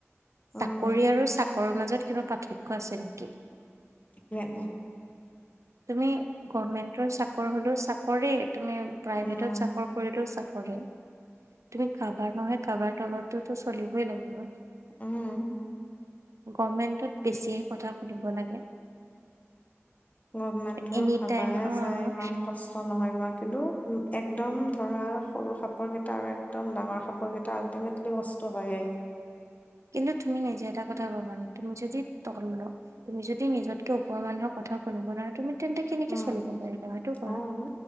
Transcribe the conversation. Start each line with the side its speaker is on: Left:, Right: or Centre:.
Left: উম,
Right: চাকৰি আৰু চাকৰৰ মাজত কিবা পাৰ্থক্য আছে নেকি?
Left: <unintelligible>
Right: তুমি গভমেন্টৰ চাকৰ হ'লেও চাকৰেই। তুমি প্ৰাইভেটত
Left: উম,
Right: চাকৰ কৰিলেও চাকৰেই। তুমি কাবাৰ নহয় কাবাৰ তলততো চলিবই লাগিব।
Left: উম।
Right: গভমেন্টত বেছি হে কথা শুনিব লাগে।
Left: গভমেন্টত
Right: এনি
Left: ভাবা
Right: টাইম
Left: হে
Right: অ'
Left: যায় ইমান কষ্ট নহয় কিবা কিন্তু উম, একদম ধৰা সৰু সাপৰ কেইটা আৰু একদম ডাঙৰ সাপৰ কেইটা আল্টিমেটলি কষ্ট হয়েই।
Right: কিন্তু তুমি নিজে এটা কথা ভাবানে তুমি যদি তল তুমি যদি নিজতকে ওপৰৰ মানুহৰ কথা সুনিব নোৱাৰা তুমি তেন্তে কেনেকে
Left: উম,
Right: চলিব পাৰিবা সেইটো কোৱা।
Left: অ'।